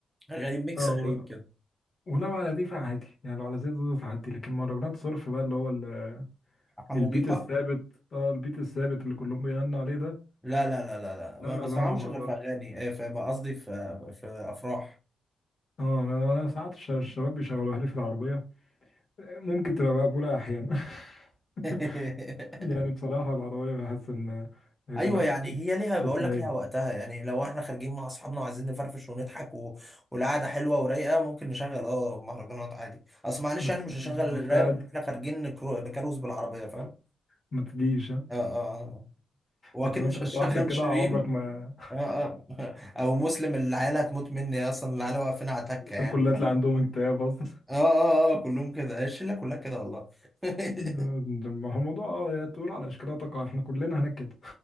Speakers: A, in the centre; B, on the left.
A: غريب ميكس
B: اه
A: غريب
B: ولو,
A: كده
B: ولو على دي فعادي يعني لو على زي زوزة تعدي لكن مهرجانات صرف بقى اللي هو ال-
A: حمو
B: البيت
A: بيقا
B: الثابت اه البيت الثابت اللي كلهم بيغنوا عليه ده
A: لا لا لا لا لا
B: لا
A: ما بسمعهمش
B: لا ما
A: غير
B: بقدرش
A: في اغاني آه، في قصدي في في افراح
B: اه انا أنا ساعات الش- الشباب بيشغلوها لي في العربية ممكن تبقى مقبولة احيانا <laughs>
A: <laughs>
B: يعني بصراحة العربية بحس ان إيه ده
A: ايوه
B: لا
A: يعني هي ليها بقول
B: تسلاي
A: لك ليها وقتها يعني لو احنا خارجين مع اصحابنا وعايزين نفرفش ونضحك و... والقعده حلوه ورايقه ممكن نشغل اه مهرجانات عادي اصل معلش
B: بس
A: يعني مش هشغل
B: وانت
A: الراب
B: قاعد
A: واحنا خارجين نكرو... نكروز بالعربيه فاهم
B: ما تجيش آه.
A: اه اه آه. واكيد
B: لكن
A: مش
B: انت تطلع
A: هشغل
B: لوحدك كده
A: <laughs> شيرين
B: عمرك ما
A: اه اه <laughs> او مسلم العيال هتموت مني اصلا العيال واقفين على تكه يعني
B: الكل هتلاقي عندهم اكتئاب اصلا
A: اه اه اه كلهم كده الشله كلها كده والله <laughs>
B: <laughs> ده- ما هو الموضوع اه يا طول على اشكالها تقع احنا كلنا هناك كده